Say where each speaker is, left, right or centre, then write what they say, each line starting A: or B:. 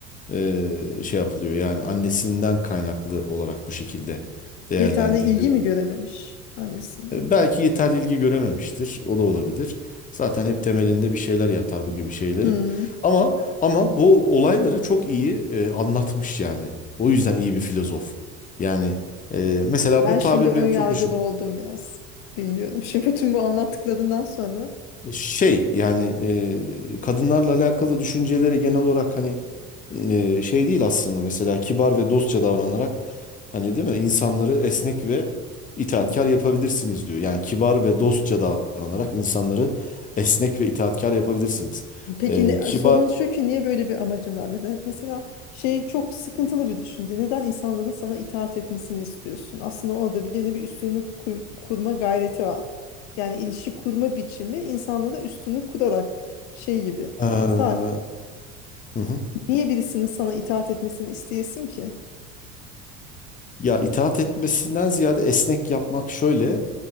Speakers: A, on the left; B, on the left.
A: e, şey yapılıyor yani annesinden kaynaklı olarak bu şekilde değerlendiriliyor.
B: Yeterli ilgi mi görememiş annesinden?
A: E, Belki yeterli ilgi görememiştir. O da olabilir. Zaten hep temelinde bir şeyler yatar bu gibi şeylerin.
B: Hmm.
A: Ama ama bu olayları çok iyi e, anlatmış yani. O yüzden iyi bir filozof. Yani e, mesela
B: Ben
A: bu
B: şimdi
A: tabir
B: ön
A: benim
B: yargılı
A: çok hoşum.
B: oldum biraz. Bilmiyorum. <laughs> Şimdi bütün bu anlattıklarından sonra.
A: Şey yani e, kadınlarla alakalı düşünceleri genel olarak hani e, şey değil aslında mesela kibar ve dostça davranarak hani değil mi insanları esnek ve itaatkar
B: Hmm.
A: yapabilirsiniz diyor. Yani kibar ve dostça davranarak insanları esnek ve itaatkar yapabilirsiniz.
B: Peki
A: E,
B: ne,
A: kibar
B: sorun şu ki niye böyle bir amacın var? Mete- Mesela şey çok sıkıntılı bir düşünce. Neden insanların sana itaat etmesini istiyorsun? Aslında orada bir gene bir üstünlük kuy- kurma gayreti var. Yani ilişki kurma biçimi insanlara üstünlük kurarak şey gibi.
A: e, hı
B: Sadece
A: hı.
B: niye birisinin sana itaat etmesini isteyesin ki?
A: Ya itaat etmesinden ziyade esnek yapmak şöyle.